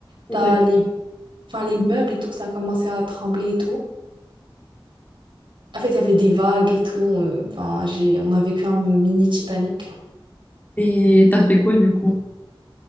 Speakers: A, on the right; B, on the left.
A: T'as
B: Et t'as,
A: les... Enfin, les meubles et tout, ça a commencé à trembler et tout. En fait, il y avait des vagues et tout. euh, Enfin, j'ai... On a vécu un mini Titanic.
B: et t'as fait quoi du coup?